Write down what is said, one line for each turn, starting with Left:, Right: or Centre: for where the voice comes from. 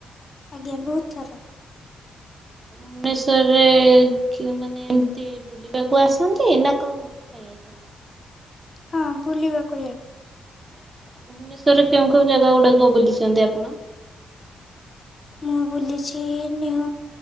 Left: ଆଜ୍ଞା ବହୁତ ଥର।
Right: ଭୁବନେଶ୍ଵରରେ ଚୁ ମାନେ ଏମତି ବୁଲିବାକୁ ଆସନ୍ତି ନା କନ୍ ପାଇଁ ଆସନ୍ତି?
Left: ହଁ ବୁଲିବାକୁ ହେ
Right: ଆଚ୍ଛା ଭୁବନେଶ୍ୱରରେ କେଉଁ କେଉଁ ଜାଗା ଗୁଡ଼ାକ ବୁଲିଛନ୍ତି ଆପଣ?
Left: ମୁଁ ବୁଲିଛି ନିଉ